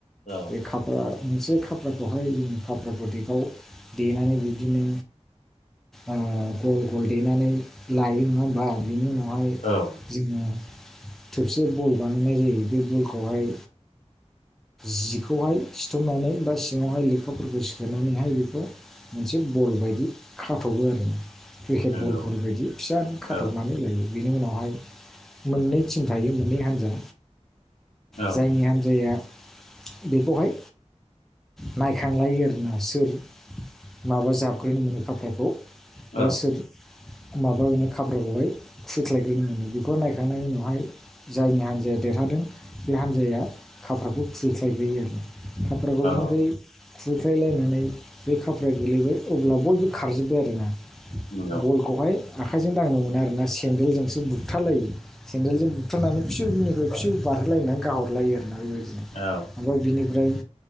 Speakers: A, on the left; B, in the centre.
A: औ
B: बे काप मोनसे खाफ्राखौहाय जों खाप्रा प्रडेकआव देनानै बिदिनो ओ-गल गल देनानै लायो नङा होमबा बिनि उनावहाय
A: औ
B: जोङो थोबसे बल बानायनाय जायो बे बलखौहाय जिखौहाय सिथ'नानै बा सिङावहाय लेखाफोरखौ सोना नैहाय बेखौ मोनसे बल बायदि खाथ'बो आरो ना। फेकेट
A: नंगौ
B: बलफोर बायदि फिसानो खाथबनानै
A: औ
B: लायो। बिनि उनावहाय मोननै टिम थायो मोननै हान्जा।
A: औ
B: जायनि हान्जाया बेखौहाय नायखांलायो आरोना। सोर माबा जाबग्रोनो मोनो खामफ्लायखौ
A: औ
B: बा सोर माबानो खाब्राखौहाय खुबैख्लायग्रोनो बेखौ नायखांनायनि उनावहाय जायनि हान्जाया देरहादों बे हान्जाया खाफ्राखौ खुैस्लायग्रोयो आरो। खाफ्राखौ
A: औ
B: बिनिफ्राय खुुबैख्लायलायना नै बे खाफ्लाया गोलैबाय अब्ला बयबो खारजोब्बाय आरोना
A: नंगौ
B: बल आखौहाय आखाइजों दांनो मोनो आरो ना सेन्देलजोंसो बुखथा लायो। सेन्देलजों बुबथानानै फिउ बिनिफ्राय फिव बारहोलायनानै गाहहरलायो आरोना बेबायदि।
A: औ
B: ओमफ्राय बिनिफ्राय